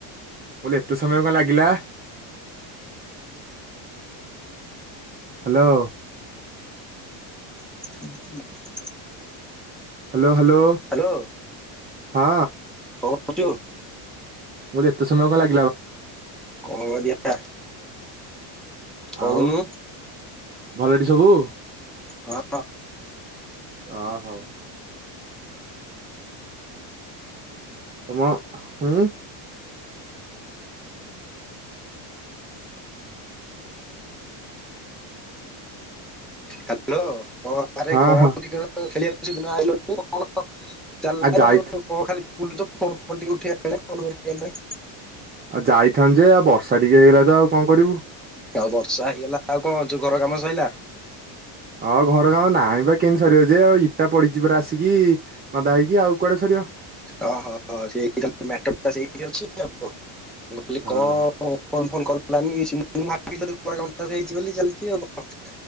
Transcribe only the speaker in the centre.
<inaudible>
ହ୍ୟାଲୋ
ପୁଚୁ
କଣ କରିଆ କହୁନୁ?
ହଁ।
ହ୍ୟାଲୋ କ ଆରେ
କହ
ଟ ଖେଳ ସେ ଦିନ ଆଇଲୁନୁ? କଣ ଚାଲିଲା
କଣ ଖାଲି? ବୁଲ ତ ଫ ଫ ଉଠି ଆ ଫ
ଆଉ ବର୍ଷା ହେଇଗଲା ଆଉ କଣ? ହ ଯେଉ ଘର କାମ ସରିଲା?
ଓହୋ ସେଇଥିପାଇଁ ମ୍ୟାଟର ଟା ସେଇଠି ଅଛି ଆଉ। ମୁଁ କହିଲି
କ ଫୋ ଫୋ କର ଲାନି ହେଇଛି ବୋଲି ଚାଲିଛି ଆଉ କଣ?